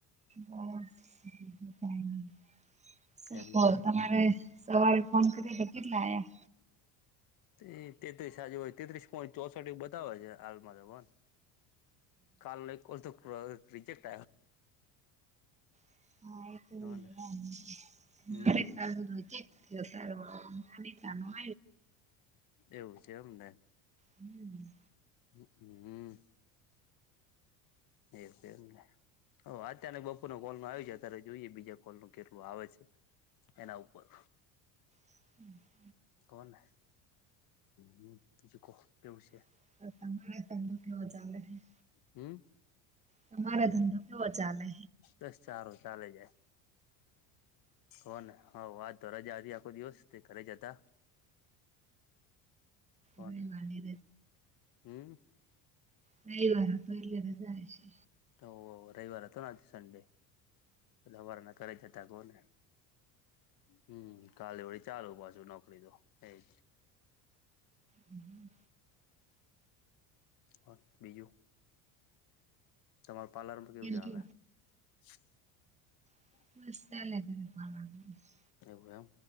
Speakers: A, on the right; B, on the left.
A: હા કઈ નહી <inaudible> શ
B: એમને
A: તમારે સવારે ફોન કરી તો કેટલા આ્યા.
B: એ તેત્રીસ આજુ હોય તેત્રીસ પોઈન્ટ ચોસઠ એવું બતાવે છે હાલમાં તો કાલ ન કોલ તો રિજેક્ટ
A: હા
B: જોને
A: <inaudible>
B: હમ
A: સારું નાનીતાનું
B: એવું છે એમને
A: હમ <inaudible>
B: હ હમ એવું અત્યારે બપોર નો કોલમાં આવી બીજા તરે જોઈએ બીજા કોલ ન કેટલું આવે છે, એના ઉપર
A: <unintelligible>
B: કોને હ બીજું કહો કેવું છે.
A: <unintelligible>
B: હમ્મ
A: તમારે ધંધો કેવો ચાલે?
B: બસ સારું ચાલે છે. કો ને હ વાત તો રજા હતી આખો દિવસ તે ઘરે જ હતા. કોના
A: રવિવારની
B: હમ્મ
A: રવીવાર હ તો એલે રજા હશે
B: ઓ રવિવાર હતો આજ સનડે હવાર ના કરાઈ જતા કોહ ને હમ્મ કાલે વળી ચાલુ પાછુ નોકરી તો એજ
A: હમ્મ
B: હ બીજું તમારું પાર્લરમાં કેવું ચાલે
A: કે
B: <unintelligible> <inaudible>
A: <unintelligible> <inaudible>
B: એવું એમ